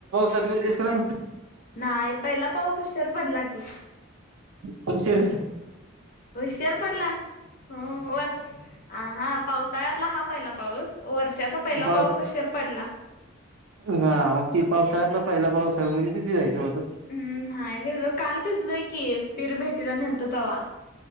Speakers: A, on the right; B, on the left.
A: <unintelligible> यस का नाय.
B: नाही पहिला पाऊस उशीर पडला की
A: तशीर
B: होशर पडला हो वर्ष हा पावसाळ्यातला हा पहिला पाऊस वर्षाचा पहिला
A: पा
B: पाऊस उशीर पडला
A: हा पावसाळातला पहिला पाऊसा म्हजे किती जायचं <unintelligible>
B: हम्म नाहीय भिजल काल भिजलय की पीर भेटीला नेलतो तवा.